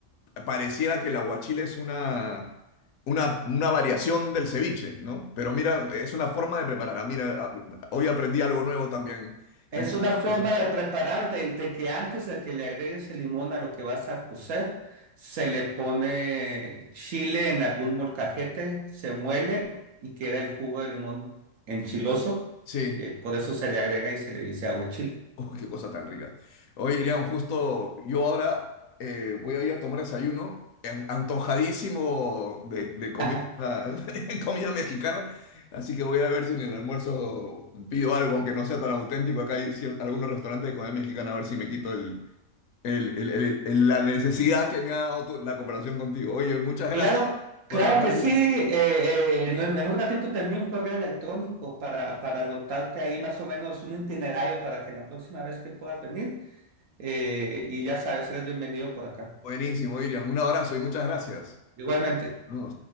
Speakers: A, on the left; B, on the right.
A: pareciera que el aguachile es una, una, una variación del ceviche, ¿no? Pero mira, es una forma de preparar. Ah, mira, ah, hoy aprendí algo nuevo también en
B: Es
A: esta
B: una
A: conversación.
B: forma de preparar, de, de que antes de que le agregues el limón a lo que vas a cocer, se le pone chile en algún molcajete, se muele y queda el jugo de limón enchiloso.
A: Sí.
B: Y por eso se le agrega y se le dice aguachile.
A: Oh, qué cosa tan rica. Oye, Irian, justo yo ahora eh, voy a ir a tomar desayuno, an- antojadísimo de, de comida,
B: <laughs>
A: <laughs> comida mexicana, así que voy a ver si en el almuerzo pido algo, aunque no sea tan auténtico. Acá hay cier- algunos restaurantes de comida mexicana, a ver si me quito el, el- el- el- el- la necesidad que me ha dado tu- la cooperación contigo. Oye, muchas gracias
B: Claro,
A: por
B: claro
A: hablar,
B: que sí.
A: Irian.
B: eh, eh, en, en un ratito te envío un correo electrónico para, para anotarte ahí más o menos un itinerario para que la próxima vez que puedas venir, eh, y ya sabes, eres bienvenido por acá.
A: Buenísimo, Irian. Un abrazo y muchas gracias.
B: Igualmente.
A: No,